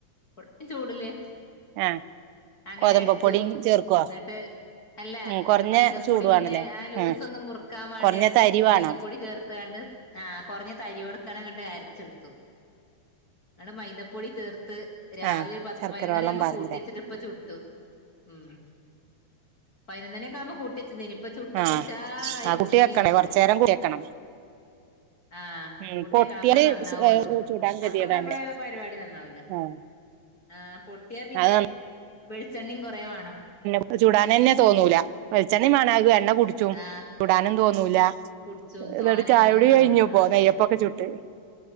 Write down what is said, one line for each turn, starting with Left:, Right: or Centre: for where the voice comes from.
Left: കൊറച്ച് ചൂടില്
Right: ആഹ്
Left: അങ്ങനെ
Right: ഗോതമ്പ്
Left: അരച്ചു
Right: പൊടിയും ചേർക്കുവോ
Left: ന്നിട്ട്. അല്ല
Right: ഉം കുറഞ്ഞ
Left: മൈദപ്പൊടി
Right: ചൂട്
Left: പിന്നെ
Right: വേണല്ലേ
Left: ആ ലൂസൊന്നും
Right: ആഹ്
Left: മുറുക്കാൻ വേണ്ടിയാണ്ട്
Right: കുറഞ്ഞ തരി വേണം
Left: മൈദപ്പൊടി ചേർത്താണ്ട്. ആഹ് കൊറഞ്ഞ ത തരിയോടുക്കനങ്ങട്ട് അരച്ചെടുത്തു ഇങ്ങട് മൈദപ്പൊടി ചേർത്ത്. രാവിലെ
Right: ആഹ്
Left: ഒരു പത്ത്
Right: ശർക്കര
Left: പതിനൊന്നാണി
Right: വെള്ളം
Left: ആവുമ്പോ
Right: പാർന്നില്ലേ
Left: കൂട്ടി വച്ചിട്ട് പ്പ ചുട്ടു. ഉം പതിനൊന്നണിയൊക്കെ ആവുമ്പോ കൂട്ടി വെച്ച തേനി. ഇപ്പൊ ചുട്ടപ്പഉഷാറായി
Right: ആഹ് ആ കുട്ടി
Left: പൊങ്ങി
Right: വെക്കണേ
Left: വന്ന്
Right: കൊറച്ചു നേരം കുടി വെക്കണം
Left: ആഹ്
Right: ഉം
Left: കൂട്ടിയെക്കണം
Right: പൊട്ടിയാല്
Left: അപ്പഴേ നന്നാവുള്ളൂ
Right: ചൂടാൻ ഗതികേടാണല്ലേ
Left: അപ്പൊക്കെ അപ്പളില്ല പരിപാടി നന്നാവൂല.
Right: ആഹ്
Left: ആ പൊട്ടിയാ പിന്നെ
Right: അത്
Left: വെളിച്ചെണ്ണയും കുറെവേണം
Right: അത് ചുടാന്നന്നെ തോന്നൂലാ വെളിച്ചെണ്ണയും വേണം അത് എണ്ണ കുടി ക്കും
Left: ആഹ്
Right: ചുടാനും തോന്നൂലാ
Left: കുടിച്ചും
Right: എന്നിട്ട്
Left: തോനെ
Right: ചായ
Left: എണ്ണയും
Right: കുടി
Left: വേണം
Right: കഴിഞ്ഞിപ്പൊ
Left: ആഹ്
Right: നെയ്യപ്പൊക്കെ ചുട്ട്